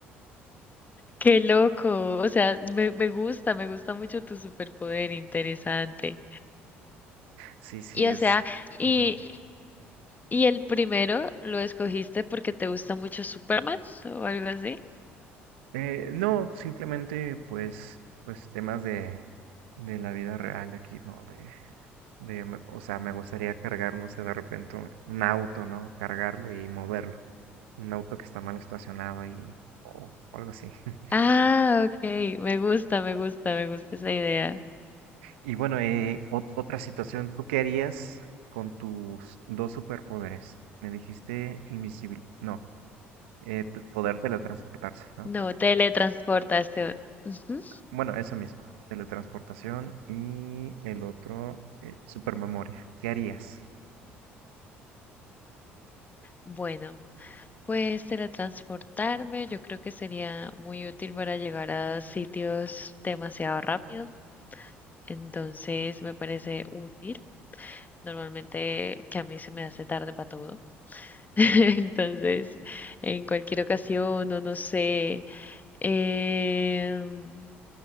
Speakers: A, on the left; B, on the right.
A: Qué loco. O sea, me, me gusta, me gusta mucho tu superpoder, interesante.
B: Sí, sí,
A: Y
B: es.
A: o sea, y,
B: ajá.
A: y el primero lo escogiste porque te gusta mucho Superman o algo así.
B: Eh, no, simplemente pues, pues temas de, de la vida real aquí, ¿no? De, de, me- o sea, me gustaría cargar, no sé, de repente un un auto, ¿no? Cargarlo y moverlo. Un auto que está mal estacionado y, o algo así. <laughs>
A: Ah, ok, me gusta, me gusta, me gusta esa idea.
B: Y bueno, eh, ot- otra situación, ¿tú qué harías con tus dos superpoderes? Me dijiste invisible, no, eh, t- poder teletransportarse, ¿no?
A: No, teletransportación. Ujú.
B: Bueno, eso mismo, teletransportación y el otro, eh, supermemoria. ¿Qué harías?
A: Bueno, pues teletransportarme yo creo que sería muy útil para llegar a sitios demasiado rápido. Entonces me parece útil. Normalmente que a mí se me hace tarde para todo. <laughs> Entonces, en cualquier ocasión, o no sé. em,